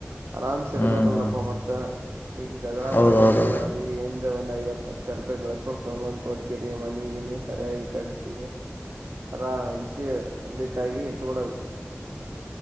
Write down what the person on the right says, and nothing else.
ಆರಾಮ್ಸ
ಇರ್ಬೇಕಲ್ಲಪ್ಪ
ಮತ್ ಈಗ ಜಗಳ
ಮಾಡ್ ಬಂದಿವ ಅವ್ರಿಗೆ ಏನ್ರೀ ಒಂದ್ ಐವತ್ ಲಕ್ಷ,, ಲಕ್ಷ ರೂಪಾಯಿ ಗಳಸ್ಕೊಂಡ್ ತಗಂದ್ ಕೊಟ್ಕಿರಿ ಮನಗಿನ ಸರಿಯಾಗಿ ಕಟ್ಟಿ ಆರಾಮನ್ಸಿ ತಂದೆ ತಾಯಿಗೆ ಇಟ್ಬಿಡೋದು,